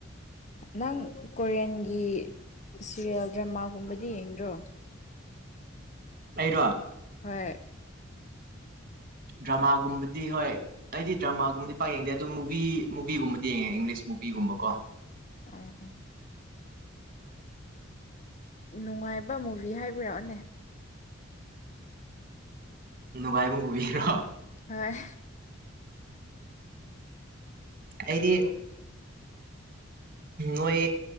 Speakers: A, on the left; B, on the right.
A: ꯅꯪ ꯀꯣꯔꯤꯌꯥꯟꯒꯤ ꯁꯦꯔꯤꯌꯦꯜ ꯗ꯭ꯔꯃꯥꯒꯨꯝꯕꯗꯤ ꯌꯦꯡꯗ꯭ꯔꯣ
B: ꯑꯩꯔꯣ
A: ꯍꯣꯏ
B: ꯗ꯭ꯔꯃꯥꯒꯨꯝꯕꯗꯤ ꯍꯣꯏ ꯑꯩꯗꯤ ꯗ꯭ꯔꯃꯥꯒꯨꯝꯕꯗꯤ ꯄꯥꯛ ꯌꯦꯡꯗꯦ ꯑꯗꯨꯝ ꯃꯨꯚꯤ ꯃꯨꯚꯤꯒꯨꯝꯕꯗꯤ ꯌꯦꯡꯉꯦ ꯏꯪꯂꯤꯁ ꯃꯨꯚꯤꯒꯨꯝꯕꯀꯣ
A: ꯎꯝ ꯅꯨꯡꯉꯥꯏꯕ ꯃꯨꯚꯤ ꯍꯥꯏꯕꯤꯔꯛꯑꯣꯅꯦ
B: ꯅꯨꯡꯉꯥꯏꯕ ꯃꯨꯕꯤꯔꯣ
A: ꯍꯣꯏ
B: ꯑꯩꯗꯤ ꯅꯣꯏ